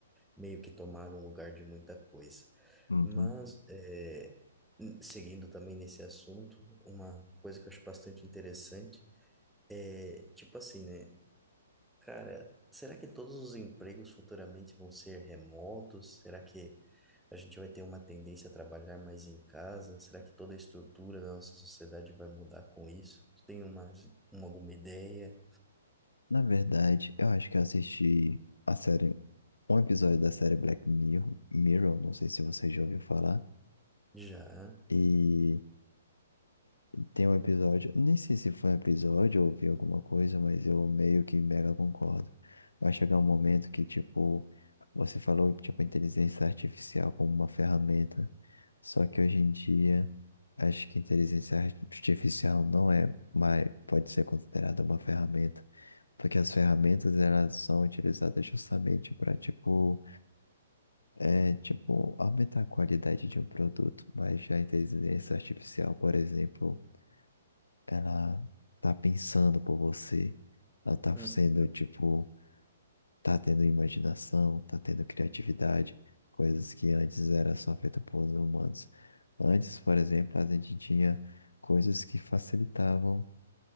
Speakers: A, in the centre; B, on the left.
A: meio que tomaram lugar de muita coisa.
B: Uhum.
A: Mas é, n- seguindo também nesse assunto, uma coisa que eu acho bastante interessante é tipo assim, né, cara, será que todos os empregos futuramente vão ser remotos? Será que a gente vai ter uma tendência a trabalhar mais em casa? Será que toda a estrutura da nossa sociedade vai mudar com isso? Tu tem uma, uma, alguma ideia?
B: Na verdade, eu acho que eu assisti a série, um episódio da série Black Mirror, Mirror, não sei se você já ouviu falar.
A: Já.
B: e Tem um episódio, nem sei se foi um episódio ou vi alguma coisa, mas eu meio que mega concordo. Vai chegar um momento que, tipo, você falou, tipo, inteligência artificial como uma ferramenta. Só que hoje em dia, acho que inteligência artificial não é, mas pode ser considerada uma ferramenta. Porque as ferramentas, elas são utilizadas justamente para, tipo, é, tipo, aumentar a qualidade de um produto. Mas já a inteligência artificial, por exemplo, ela tá pensando por você, ela tá
A: Uhum,
B: sendo, tipo, tá tendo imaginação, tá tendo criatividade, coisas que antes era só feita por humanos. Antes, por exemplo, a gente tinha coisas que facilitavam